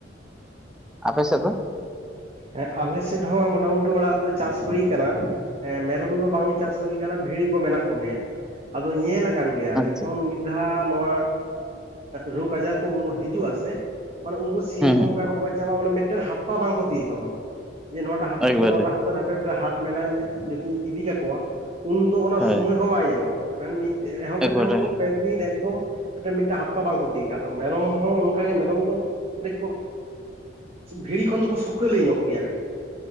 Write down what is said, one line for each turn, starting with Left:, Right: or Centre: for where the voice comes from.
Centre: ᱟᱯᱮ ᱥᱮᱫ ᱫᱚ?
Right: ᱦᱮᱸ ᱟᱞᱮᱥᱮᱫ ᱦᱚᱸ ᱢᱚᱴᱟ ᱢᱩᱩᱴᱤ ᱚᱲᱟᱜ ᱨᱮᱫᱚ ᱪᱟᱥ ᱦᱩᱭᱩ ᱠᱟᱱᱟ, ᱮᱸ ᱢᱮᱨᱚᱢ ᱫᱚ ᱵᱟᱝᱞᱮ ᱪᱟᱥ ᱦᱩᱭ ᱠᱟᱱᱟ ᱵᱷᱤᱲᱤ ᱠᱚ ᱢᱮᱱᱟᱜ ᱠᱚᱜᱮᱭᱟ, ᱟᱫᱚ ᱧᱮᱞ ᱠᱟᱱ ᱜᱮᱭᱟ
Centre: ᱟᱪᱪᱷᱟ
Right: ᱡᱚᱠᱷᱚᱱ ᱢᱤᱫ ᱫᱷᱟ ᱱᱚᱣᱟ ᱨᱳᱜ ᱟᱡᱟᱨ ᱠᱚ ᱦᱤᱡᱩᱜᱼᱟ ᱥᱮ ᱢᱟᱱᱮ ᱩᱱᱠᱩ ᱥᱤᱢ
Centre: ᱦᱩᱸ
Right: ᱦᱚᱸ
Centre: ᱦᱩᱸ
Right: ᱚᱝᱠᱟ ᱠᱚ ᱜᱚᱡ ᱪᱟᱵᱟᱜᱼᱟ, ᱢᱟᱱᱮ ᱢᱤᱫᱴᱮᱱ ᱦᱟᱯᱛᱟ ᱵᱟᱝᱠᱚ ᱛᱤᱭᱠᱟ ᱩᱱ ᱫᱚ ᱡᱮ ᱱᱚᱣᱟᱟ ᱦᱟᱯᱛᱟ
Centre: ᱮᱠᱵᱟᱨᱮ
Right: ᱫᱚ ᱱᱚᱣᱟ ᱦᱟᱯ ᱠᱚᱨᱮ ᱦᱟᱯᱮ ᱢᱤᱫᱴᱮᱱ ᱦᱟᱴ ᱢᱮᱱᱟᱜ ᱤᱧ ᱡᱷᱚᱛᱚᱧ ᱤᱫᱤ ᱠᱟᱠᱚᱣᱟ ᱩᱱᱫᱚ ᱚᱱᱟ
Centre: ᱦᱳᱭ
Right: ᱥᱳᱢᱚᱭ ᱦᱚᱸ ᱵᱟᱭ ᱧᱟᱢᱚᱜᱼᱟ᱾ ᱢᱟᱱᱮ ᱢᱤᱫ ᱮᱦᱚᱵ
Centre: ᱮᱠᱵᱟᱨᱮ
Right: ᱞᱮᱠᱷᱟᱱ ᱠᱚ ᱯᱮᱫᱤᱱ ᱮᱠᱫᱚᱢ ᱢᱤᱫᱴᱟᱝ ᱦᱟᱯᱛᱟ ᱵᱟᱝ ᱠᱚ ᱛᱤᱭᱜ ᱟ ᱢᱮᱨᱚᱢ ᱦᱚᱸ ᱚᱱᱠᱟᱜᱮ ᱢᱮᱨᱚᱢ ᱫᱚ ᱠᱟᱹᱴᱤᱡ ᱠᱚ ᱵᱷᱤᱲᱤ ᱠᱷᱚᱱ ᱫᱚᱠᱚ ᱥᱩᱠᱟᱹᱞᱤ ᱧᱚᱜ ᱜᱮᱭᱟ ᱠᱟᱹᱴᱤᱡ᱾